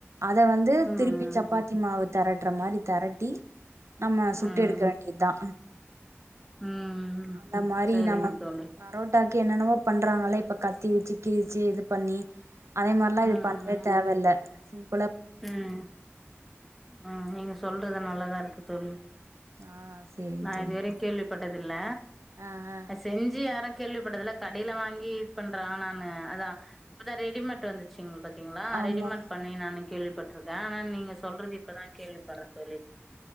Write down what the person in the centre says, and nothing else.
ம்
ம் ம்
ம்
சரிங்க
தோழி
ம்
ம்
ம் அ நீங்க சொல்றது நல்லாதாருக்கு தோழி
நா
இதுவெரையு கேள்விப்பட்டதில்ல
செஞ்சி யாரோ கேள்விப்பட்டதில்ல கடைல வாங்கி இது பண்றாங் நானு அதா இப்பதா ரெடிமேட் வந்துச்சிங் பாத் த்திங்களா அரேஞ்ச்மென்ட்
பண்ணி நானு கேள்விப்பட்டிருக்கே ஆனா நீங்க சொல்றது இப்பதா கேள்விப்படுறே தோழி